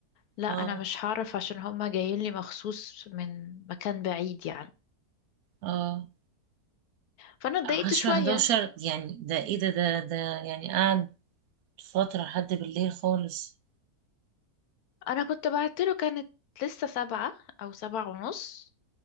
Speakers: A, on the left (about 75°); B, on the right (about 75°).
A: لا
B: اه
A: انا مش هعرف عشان هما جايين لي مخصوص من مكان بعيد يعني
B: اه
A: فانا اتضايقت
B: عشرة
A: شوية
B: حداشر يعني ده ايه ده ده ده يعني قعد فترة لحد بالليل خالص
A: انا كنت بعت له كانت لسه سبعة او سبعة ونص